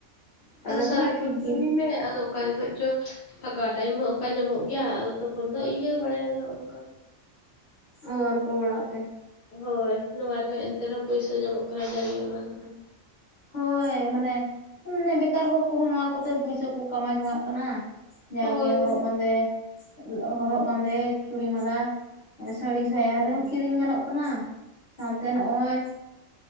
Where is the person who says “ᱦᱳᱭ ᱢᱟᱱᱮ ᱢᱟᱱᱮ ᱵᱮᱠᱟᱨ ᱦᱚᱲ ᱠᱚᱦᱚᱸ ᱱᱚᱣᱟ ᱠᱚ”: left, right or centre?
Left